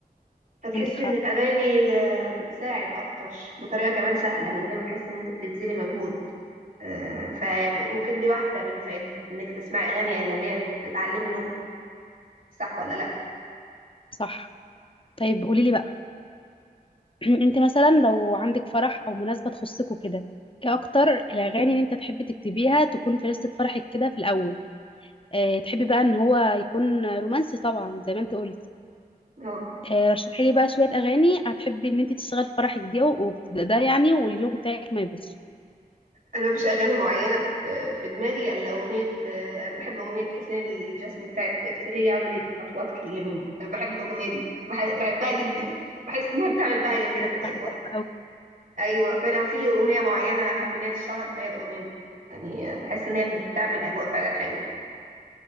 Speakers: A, on the right (about 60°); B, on the left (about 35°).
A: فتحس
B: عندك حق
A: ان الاغاني آه، بتساعد اكتر بطريقة كمان سهلة من غير ما تحس ان انت بتبذلي مجهود آه، فممكن دي واحدة من فائدة انك تسمعي اغاني اجنبية انك تتعلمي لغة صح ولا لا
B: صح طيب قولي لي بقى <clears throat> انت مثلا لو عندك فرح او مناسبة تخصك وكده ايه اكتر الاغاني اللي انت تحبي تكتبيها تكون في لستة فرحك كده في الاول اه تحبي بقى ان هو يكون رومانسي طبعا زي ما انت قلتي
A: اه
B: اه رشحي لي بقى شوية اغاني هتحبي ان انت تشتغل في فرحك دي وده يعني واليوم بتاعك ما يبصش
A: انا مفيش اغاني معينة في في دماغي الا اغنية آه، انا بحب اغنية حسين الجسمي بتاعت ادخلي يا عمري بخطواتك اليمين انا بحب الاغنية دي بح- بحبها جدا بحس ان هي بتعمل بهجة كده
B: هي
A: في
B: بصراحة
A: الاجواء
B: تحفة قوي
A: ايوه فلو في اغنيه معينه احب ان هي تشتغل فهي الاغنيه دي يعني بحس ان هي بتعمل اجواء فعلا حلوه